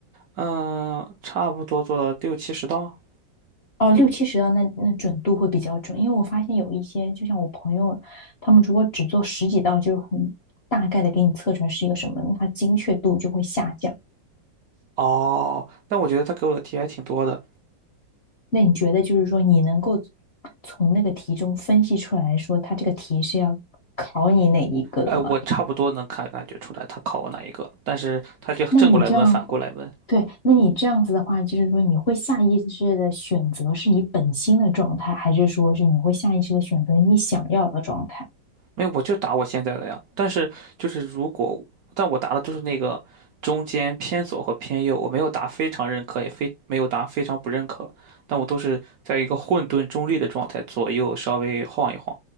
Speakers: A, on the right; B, on the left.
A: 嗯，差不多做了六七十道。
B: 哦，六七十道那那准度会比较准，因为我发现有一些，就像我朋友，他们如果只做十几道，就很大概的给你测出来是一个什么，那它精确度就会下降。
A: 哦，但我觉得他给我的题还挺多的，
B: 那你觉得就是说，你能够从那个题中分析出来说，它这个题是要考你哪一个的吗？
A: 哎，我差不多能看感觉出来他考我哪一个，但是他就正过来问，
B: 那你这样，
A: 反过来问，
B: 对，那你这样子的话，就是说你会下意识的选择是你本心的状态，还是说是你会下意识的选择你想要的状态？
A: 没有，我就答我现在的呀。但是就是如果，但我答的就是那个中间偏左和偏右，我没有答非常认可，也非没有答非常不认可，但我都是在一个混沌中立的状态，左右稍微晃一晃。